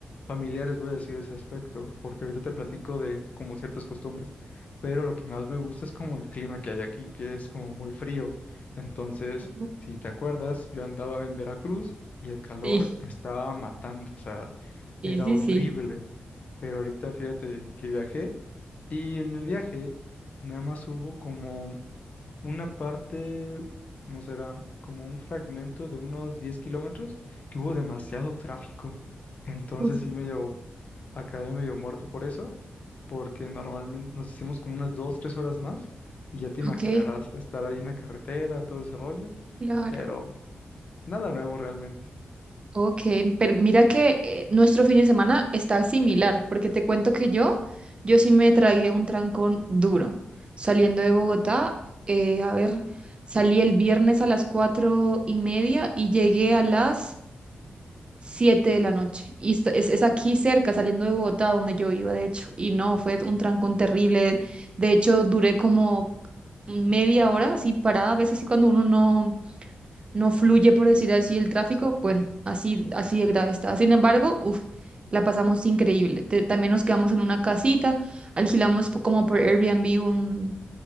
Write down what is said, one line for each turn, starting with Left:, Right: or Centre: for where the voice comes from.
Left: familiares, voy a decir ese aspecto, porque ahorita te platico de como ciertas costumbres, pero lo que más me gusta es como el clima que hay aquí, que es como muy frío. Entonces,
Right: Ujú.
Left: si te acuerdas, yo andaba en Veracruz y el calor
Right: Sí,
Left: me estaba matando, o sea,
Right: sí,
Left: era
Right: sí,
Left: horrible.
Right: sí.
Left: Pero ahorita fíjate que viajé y en el viaje nada más hubo como una parte, ¿cómo será? Como un fragmento de unos 10 kilómetros que hubo demasiado tráfico. Entonces
Right: Uf,
Left: sí medio, acabé medio muerto por eso, porque normalmente nos hicimos como unas 2 3 horas más y ya te imaginarás
Right: ok,
Left: estar ahí en la carretera, todo ese rollo,
Right: claro.
Left: pero nada nuevo realmente.
Right: Ok, pero mira que eh, nuestro fin de semana está similar, porque te cuento que yo, yo sí me tragué un trancón duro. Saliendo de Bogotá,
Left: Mm.
Right: eh, a ver, salí el viernes a las cuatro y media y llegué a las siete de la noche. Y esto- es, es aquí cerca, saliendo de Bogotá, donde yo iba, de hecho. Y no, fue un trancón terrible. De hecho, duré como media hora así parada, a veces así cuando uno no no fluye, por decir así, el tráfico, bueno, así, así de grave está. Sin embargo, uf, la pasamos increíble. Te- también nos quedamos en una casita, alquilamos po- como por Airbnb un,